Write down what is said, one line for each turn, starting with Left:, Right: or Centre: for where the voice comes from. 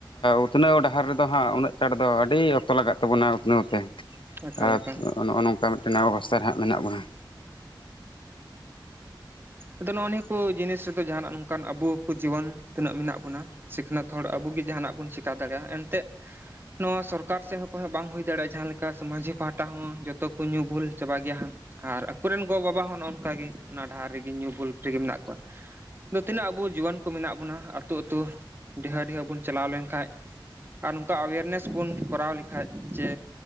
Left: ᱩᱛᱱᱟᱹᱣ ᱰᱟᱦᱟᱨ ᱨᱮᱫᱚ ᱦᱟᱸᱜ ᱩᱱᱟᱹᱜ ᱪᱚᱴ ᱫᱚ ᱟᱹᱰᱤ ᱚᱠᱛᱚ ᱞᱟᱜᱟᱜ ᱛᱟᱵᱚᱱᱟ ᱩᱛᱱᱟᱹᱣ ᱛᱮ
Right: ᱮᱠᱟᱞ
Left: ᱟᱨ
Right: ᱮᱠᱟᱞ
Left: ᱱᱚᱜᱼᱚ ᱱᱚᱝᱠᱟ ᱢᱤᱫᱴᱮᱱ ᱚᱵᱚᱥᱛᱟ ᱨᱮ ᱦᱟᱸᱜ ᱢᱮᱱᱟᱜ ᱵᱚᱱᱟ
Right: ᱟᱫᱚ ᱱᱚᱜᱼᱚ ᱱᱤᱭᱟᱹ ᱠᱚ ᱡᱤᱱᱤᱥ ᱨᱮᱫᱚ ᱡᱟᱦᱟᱱᱟᱜ ᱱᱚᱝᱠᱟᱱ ᱟᱵᱚ ᱠᱚ ᱡᱩᱣᱟᱹᱱ ᱛᱤᱱᱟᱹᱜ ᱢᱮᱱᱟᱜ ᱵᱚᱱᱟ ᱥᱤᱠᱷᱱᱟᱹᱛ ᱦᱚᱲ ᱟᱵᱚ ᱜᱮ ᱡᱟᱦᱟᱱᱟᱜ ᱵᱚᱱ ᱪᱮᱠᱟ ᱫᱟᱲᱮᱭᱟᱜᱼᱟ ᱮᱱᱛᱮᱫ ᱱᱚᱣᱟ ᱥᱚᱨᱠᱟᱨ ᱥᱮᱫ ᱦᱚᱸ ᱠᱚ ᱵᱟᱝ ᱦᱩᱭ ᱫᱟᱲᱮᱭᱟᱜᱼᱟ ᱡᱟᱦᱟᱸ ᱞᱮᱠᱟ ᱥᱟᱢᱟᱡᱤᱠ ᱯᱟᱦᱴᱟ ᱦᱚᱸ ᱡᱚᱛᱚ ᱠᱚ ᱧᱩ ᱵᱩᱞ ᱪᱟᱵᱟ ᱜᱮᱭᱟ ᱦᱟᱸᱜ ᱟᱨ ᱟᱠᱚᱨᱮᱱ ᱜᱚ ᱵᱟᱵᱟ ᱦᱚᱸ ᱱᱚᱜ-ᱚ ᱱᱚᱝᱠᱟ ᱜᱮ ᱚᱱᱟ ᱰᱟᱦᱟᱨ ᱨᱮᱜᱮ ᱧᱩ ᱵᱩᱞ ᱛᱮᱜᱮ ᱢᱮᱱᱟᱜ ᱠᱚᱣᱟ, ᱱᱚᱛᱮᱱᱟᱜ ᱟᱵᱚ ᱡᱩᱣᱟᱹᱱ ᱠᱚ ᱢᱮᱱᱟᱜ ᱵᱚᱱᱟ ᱟᱹᱛᱩ ᱟᱹᱛᱩ ᱰᱤᱦᱟᱹ ᱰᱤᱦᱟᱹ ᱵᱚᱱ ᱪᱟᱞᱟᱣ ᱞᱮᱱᱠᱟᱡ ᱟᱨ ᱱᱚᱝᱠᱟ ᱮᱣᱮᱨᱱᱮᱥ ᱵᱚᱱ ᱠᱚᱨᱟᱣ ᱞᱮᱠᱷᱟᱡ ᱡᱮ